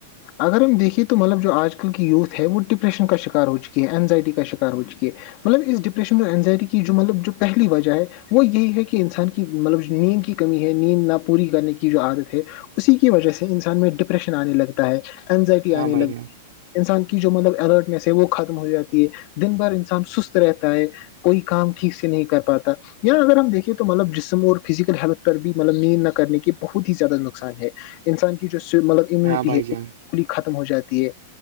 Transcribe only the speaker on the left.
اگر ہم دیکھے تو ملب جو آج کل کی یوتھ ہے وہ ڈپریشن کا شکار ہو چکی ہے انزائٹی کا شکار ہو چکی ہے مطلب اس ڈپریشن اور انینزائٹی کی جو مطلب جو پہلی وجہ ہے وہ یہی ہے کہ انسان کی مطلب نیند کی کمی ہے نیند نہ پوری کرنے کی جو عادت ہے اسی کی وجہ سے انسان میں ڈپریشن آنے لگتا ہے اینزائٹی
آنے
لگ
انسان کی جو مطلب الرٹنیس ہے وہ ختم ہو جاتی ہے دن بھر انسان سست رہتا ہے کوئی کام ٹھیک سے نہیں کر پاتا یہاں اگر ہم دیکھے تو مطلب جسم اور فزیکل ہیلتھ پر بھی مطلب نیند نہ کرنے کے بہت ہی زیادہ نقصان ہے انسان کی جو مطلب امیونٹی
ہے
بکلی ختم ہو جاتی ہے